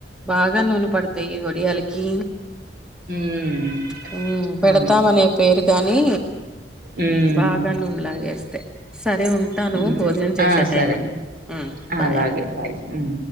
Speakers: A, in the centre; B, on the right.
A: బాగా నూనె పడతాయి వడియాలకి
B: హ్మ్.
A: హ పెడతామనే
B: అవును.
A: పేరు గాని
B: హ్మ్.
A: బాగా నూన్లాగేస్తే సరే ఉంటాను
B: హ్మ్.
A: భోజనం చేసే
B: ఆ!
A: టైమే
B: సరే.
A: బాయ్
B: అలాగే. బాయ్. హ్మ్.